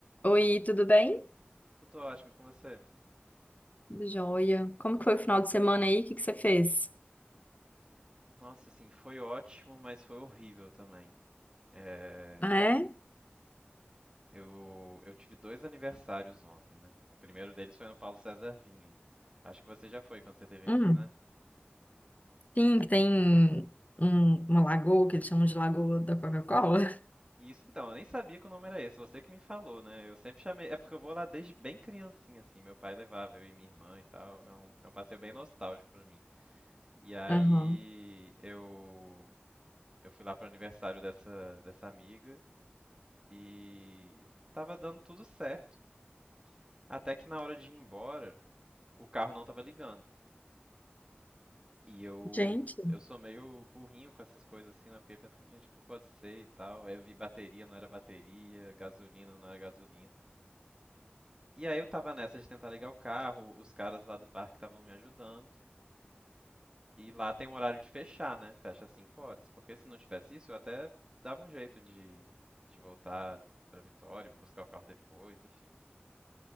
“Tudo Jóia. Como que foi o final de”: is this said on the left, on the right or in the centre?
Left